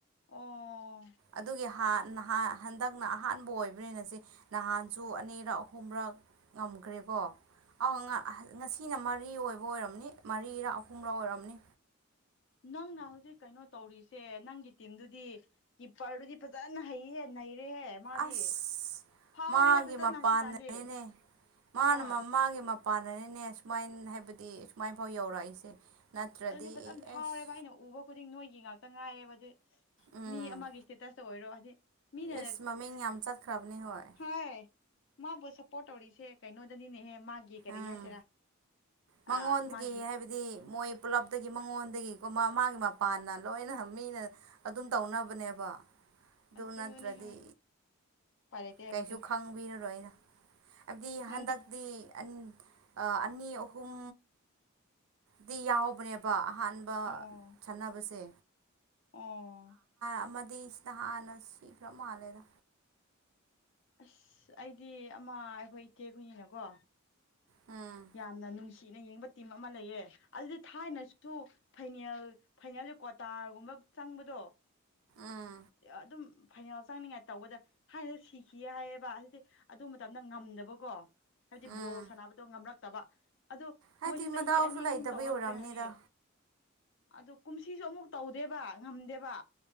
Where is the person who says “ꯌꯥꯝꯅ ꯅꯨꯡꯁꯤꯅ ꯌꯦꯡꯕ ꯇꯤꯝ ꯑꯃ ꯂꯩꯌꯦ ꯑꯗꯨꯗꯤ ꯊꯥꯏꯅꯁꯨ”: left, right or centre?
Left